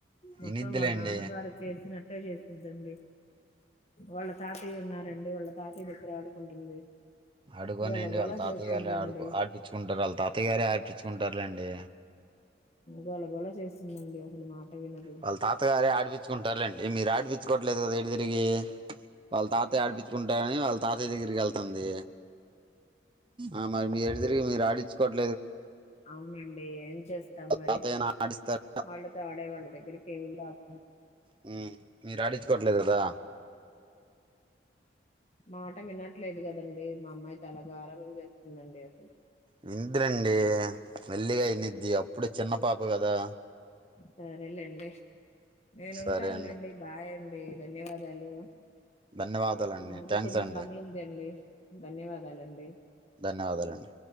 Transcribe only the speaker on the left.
మొత్తం
వాళ్ళ నాన్నగారి చేసినట్టే చేసి ఇద్దండి వాళ్ళ తాతయ్య ఉన్నారండి వాళ్ళ తాతయ్య దగ్గర ఆడుకుంటుంది.
గోల గోల
చేస్తుందండి
గోలా గోలా చేస్తుందండి అసలు మాట వినదు
అవునండి ఏం చేస్తాం మరి
వాళ్ళతో ఆడే వాళ్ళ దగ్గరికి వెళ్ళే ఆడు.
మాట వినట్లేదు కదండి మా అమ్మాయి చాలా గారంభం చేస్తుందండి అసలు.
సరేలెండి. నేను
ఉంటాను
లేండి బాయ్ అండి. వేయి ధన్యవాదాలు.
నాకు
కొంచెం
పని ఉంది అండి. ధన్యవాదాలండి.